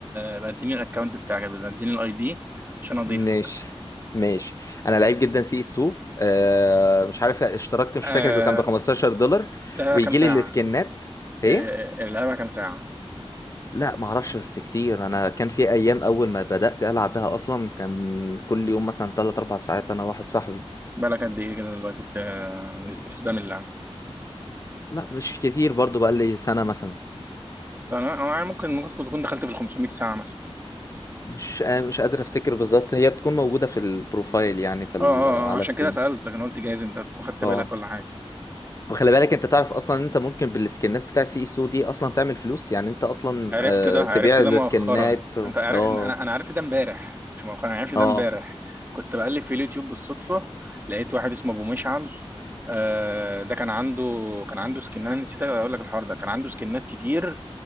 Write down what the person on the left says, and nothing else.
ماشي ماشي انا لعيب جدا سي اس 2 آه مش عارف اشتركت مش
فاكر كان ب 15 دولار
ويجي
لي السكنات ايه
لا ما اعرفش بس كتير انا كان في ايام اول ما بدأت العب بها اصلا كان كل يوم مثلا 3 4 ساعات انا واحد صاحبي
لا مش كتير برضو بقى لي سنة مثلا
مش آه مش قادر افتكر بالظبط هي بتكون موجودة في البروفايل يعني في ال-
على
ستيم
اه
وخلي بالك انت تعرف اصلا ان انت ممكن بالسكنات بتاع سي اس او دي اصلا تعمل فلوس يعني انت اصلا
آه
تبيع
السكنات
اه
اه